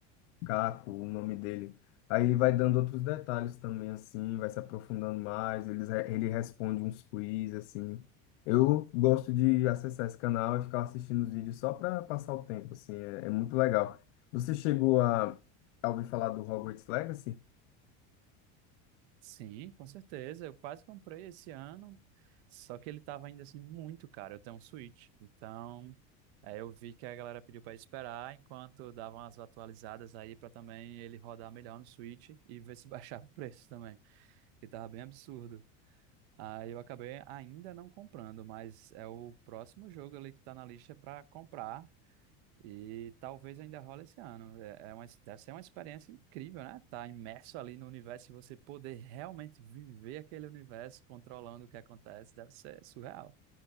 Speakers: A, on the left; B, on the right.
A: Caco, o nome dele. Aí ele vai dando outros detalhes também, assim, vai se aprofundando mais. Ele, ele responde uns quiz, assim. Eu gosto de acessar esse canal e ficar assistindo os vídeos só para passar o tempo, assim. É, é muito legal. Você chegou a, a ouvir falar do Hogwarts Legacy?
B: Sim, com certeza. Eu quase comprei esse ano, só que ele estava ainda assim muito caro. Eu tenho um Switch, então aí eu vi que a galera pediu para esperar enquanto davam as atualizadas aí para também ele rodar melhor no Switch e ver se <laughs> baixava o preço também, que tava bem absurdo. Aí eu acabei ainda não comprando, mas é o próximo jogo ali que tá na lista para comprar. E talvez ainda role esse ano. É, é uma, deve ser uma experiência incrível, né? Tá imerso ali no universo e você poder realmente viver aquele universo, controlando o que acontece, deve ser surreal.